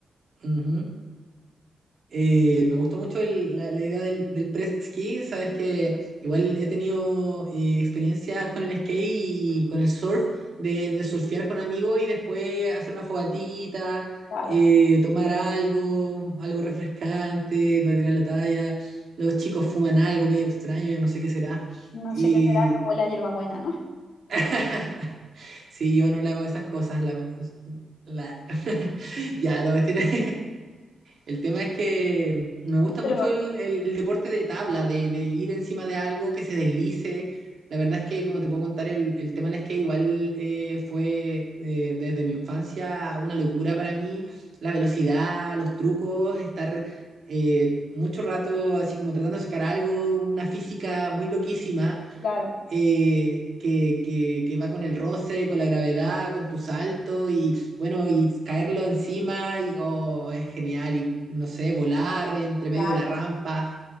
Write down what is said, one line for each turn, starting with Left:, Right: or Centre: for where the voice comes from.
Right: Ujú. Eh, me gustó mucho el- la, la idea del, del press ski, sabes que igual he tenido eh, experiencias con el skate y con el surf, de, de surfear con amigos y después hacer una fogatita,
Left: Claro,
Right: eh, tomar algo, algo refrescante para tirar la talla. Los chicos fuman algo medio extraño, yo no sé qué será.
Left: no
Right: Y
Left: sé qué será que huele a hierbabuena, ¿no?
Right: <laughs> sí, yo no le hago esas cosas. La, la- <laughs> ya, la cuestión es, el tema es que me gusta
Left: <laughs> Pero
Right: mucho el, el- el deporte de tabla, de, de ir encima de algo que se deslice. La verdad es que, como te puedo contar, el, el tema del skate igual eh, fue eh, desde mi infancia una locura para mí. La velocidad, los trucos, estar eh, mucho rato así como tratando de sacar algo, una física muy loquísima
Left: claro,
Right: eh, que, que, que va con el roce, con la gravedad, con tu salto y bueno, y caerlo encima y oh, es genial y no sé, volar entre medio
Left: claro,
Right: de la rampa,